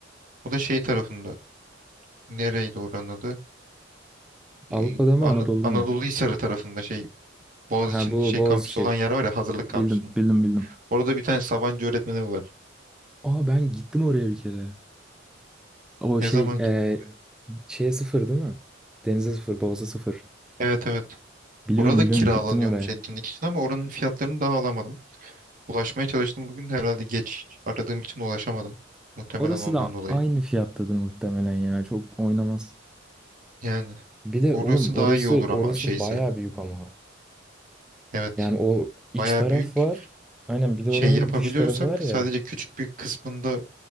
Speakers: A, on the right; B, in the centre.
A: O da şey tarafında. Nereydi oranın adı?
B: Avrupa'da
A: Ee,
B: mı
A: Ana-
B: Anadolu'da
A: Anadolu
B: mı?
A: Hisarı tarafında şey Boğaziçi'nin
B: Ha bu
A: şey
B: Boğaziçi.
A: kampüsü olan yer var ya hazırlık
B: Bildim
A: kampüsünün.
B: bildim bildim.
A: Orada bir tane Sabancı öğretmeni var.
B: Aa ben gittim oraya bir kere. O şey
A: Ne zaman
B: e,
A: gittim? oraya?
B: şeye sıfır değil mi? Denize sıfır, Boğaz'a sıfır.
A: Evet evet.
B: Biliyorum
A: Orada
B: biliyorum
A: kiralanıyormuş
B: gittim oraya.
A: etkinlik için ama oranın fiyatlarını daha alamadım. Ulaşmaya çalıştım bugün de herhalde geç aradığım için ulaşamadım. Muhtemelen
B: Orası
A: ondan
B: da
A: dolayı.
B: aynı fiyattadır muhtemelen ya. Çok oynamaz.
A: Yani
B: Bir de
A: orası
B: oğlum orası
A: daha iyi olur ama
B: orası
A: şeyse.
B: bayağı büyük ama.
A: Evet.
B: Yani o iç
A: Baya
B: taraf
A: büyük.
B: var. Aynen bir de
A: şey
B: oranın
A: yapabiliyorsak
B: dış tarafı var ya.
A: sadece küçük bir kısmında